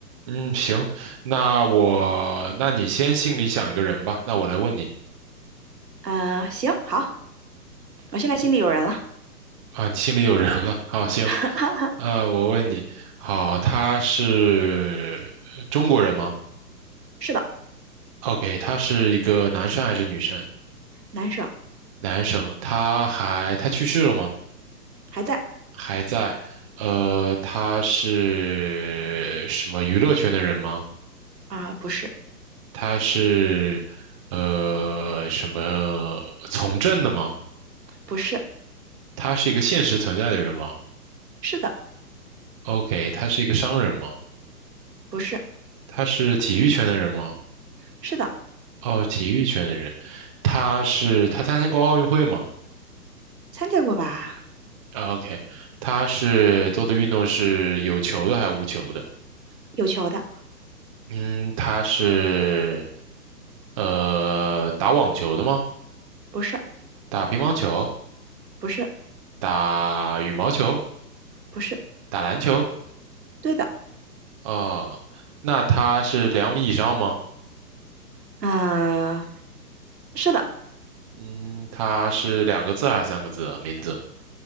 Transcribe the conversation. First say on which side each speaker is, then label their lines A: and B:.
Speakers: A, on the right; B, on the right.
A: 嗯，行，那我，那你先心里想一个人吧，那我来问你
B: 呃，行，好，我现在心里有人了。
A: 啊，你心里有人了，好，行，
B: <laughs>
A: 呃，我问你，好，他是中国人吗？
B: 是的，
A: OK，他是一个男生还是女生？
B: 男生
A: 男生，他还他去世了吗？
B: 还在
A: 还在。呃，他是什么娱乐圈的人吗？
B: 啊、不是，
A: 他是呃什么从政的吗？
B: 不是，
A: 他是一个现实存在的人吗
B: 是的，
A: ？OK，他是一个商人吗？
B: 不是，
A: 他是体育圈的人吗？
B: 是的，
A: 哦，体育圈的人。他是他参加过奥运会吗
B: 参加过吧？
A: o k 他是做的运动是有球的还是无球的？
B: 有球的，
A: 嗯，他是呃打网球的吗？
B: 不是，
A: 打乒乓球？
B: 不是，
A: 打羽毛球？
B: 不是，
A: 打篮球？
B: 对的，
A: 啊、那他是两米以上吗？
B: 嗯、是的，
A: 嗯，他是两个字还是三个字啊名字